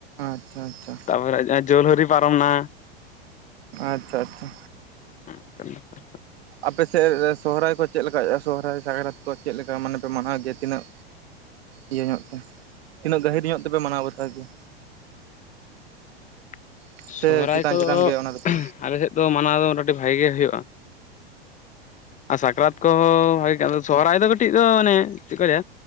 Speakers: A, on the right; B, on the left.
A: ᱟᱪᱪᱷᱟ ᱟᱪᱪᱷᱟ
B: ᱛᱟᱯᱚᱨᱮ ᱡᱟᱦᱟᱸ ᱡᱳᱞ ᱦᱚᱨᱤ ᱯᱟᱨᱚᱢᱱᱟ
A: ᱟᱪᱪᱷᱟ ᱟᱪᱪᱷᱟ᱾
B: <inaudible>
A: ᱟᱯᱮ ᱥᱮᱫ ᱥᱚᱦᱨᱟᱭ ᱠᱚ ᱪᱮᱫ ᱞᱮᱠᱟ ᱦᱩᱭᱩᱜᱼᱟ ᱥᱚᱦᱨᱟᱭ ᱥᱟᱠᱨᱟᱛ ᱠᱚ ᱪᱮᱫ ᱞᱮᱠᱟ ᱢᱟᱱᱮ ᱯᱮ ᱢᱟᱱᱟᱣ ᱜᱮᱭᱟ? ᱛᱤᱱᱟᱹᱜ ᱤᱭᱟᱹ ᱧᱚᱜ ᱛᱮ ᱛᱤᱱᱟᱹᱜ ᱜᱟᱹᱦᱤᱨ ᱧᱚᱜ ᱛᱮᱯᱮ ᱢᱟᱱᱟᱣ ᱵᱟᱛᱟᱣ ᱜᱮᱭᱟ?
B: <inaudible>
A: ᱥᱮ
B: ᱥᱚᱨᱦᱟᱭ
A: ᱪᱮᱛᱟᱱ
B: ᱠᱚᱫᱚ
A: ᱪᱮᱛᱟᱱ ᱜᱮ ᱚᱱᱟ ᱫᱚᱯᱮ
B: ᱟᱞᱮ ᱥᱮᱫ ᱫᱚ ᱢᱟᱱᱟᱣ ᱫᱚ ᱟᱹᱰᱤ ᱵᱷᱟᱜᱮ ᱜᱮ ᱦᱩᱭᱩᱜᱼᱟ᱾ ᱟᱨ ᱥᱟᱠᱨᱟᱛ ᱠᱚᱦᱚᱸ ᱵᱷᱟᱜᱮ ᱜᱮ ᱟᱫᱚ ᱥᱚᱨᱦᱟᱭ ᱫᱚ ᱠᱟᱹᱴᱤᱡ ᱫᱚ ᱚᱱᱮ ᱪᱤᱠᱟᱭᱟ